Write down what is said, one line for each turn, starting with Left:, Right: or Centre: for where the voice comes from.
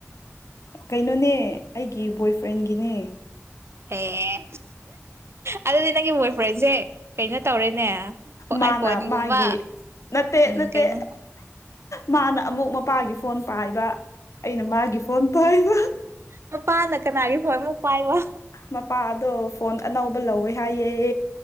Left: ꯀꯩꯅꯣꯅꯦ ꯑꯩꯒꯤ ꯕꯣꯏꯐ꯭ꯔꯦꯟꯒꯤꯅꯦ
Right: ꯑꯦ ꯑꯗꯨꯗꯤ ꯅꯪꯒꯤ ꯕꯣꯏ ꯐ꯭ꯔꯦꯟꯁꯦ ꯀꯩꯅꯣ ꯇꯧꯔꯦꯅꯦ ꯑꯥꯏꯐꯣꯟꯒꯨꯝꯕ
Left: ꯃꯥꯅ ꯃꯥꯒꯤ ꯅꯠꯇꯦ
Right: ꯎꯝ
Left: ꯅꯠꯇꯦ
Right: ꯀꯩꯅꯣ
Left: ꯃꯥꯅ ꯑꯃꯨꯛ ꯃꯄꯥꯒꯤ ꯐꯣꯟ ꯄꯥꯏꯕ ꯑꯩꯅ ꯃꯥꯒꯤ ꯐꯣꯟ ꯄꯥꯏꯕ
Right: ꯃꯄꯥꯥꯅ ꯀꯅꯥꯒꯤ ꯐꯣꯏ ꯑꯃꯨꯛ ꯄꯥꯏꯕ
Left: ꯃꯄꯥꯗꯣ ꯐꯣꯟ ꯑꯅꯧꯕ ꯂꯧꯋꯦ ꯍꯥꯏꯌꯦ